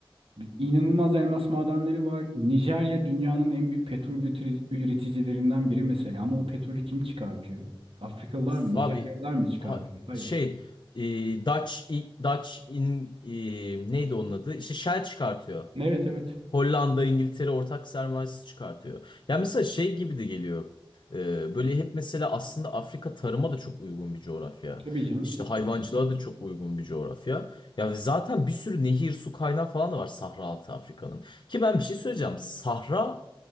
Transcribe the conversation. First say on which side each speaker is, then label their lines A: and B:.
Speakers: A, on the right; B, on the left.
A: inanılmaz elmas madenleri var. Nijerya dünyanın en büyük petrol ütri- üreticilerinden biri mesela ama o petrolü kim çıkartıyor? Afrikalılar
B: Üf,
A: mı, Nijeryalılar
B: Abi
A: mı çıkartıyor?
B: ha-
A: Hayır.
B: şey e, Dutch Dutch in e, neydi onun adı? İşte Shell çıkartıyor.
A: Evet evet.
B: Hollanda, İngiltere ortak sermayesi çıkartıyor. Ya mesela şey gibi de geliyor. Ee, böyle hep mesela aslında Afrika tarıma da çok uygun bir coğrafya.
A: Tabii canım.
B: İşte hayvancılığa da çok uygun bir coğrafya. Ya zaten bir sürü nehir, su kaynağı falan da var Sahra altı Afrika'nın. Ki ben bir şey söyleyeceğim. Sahra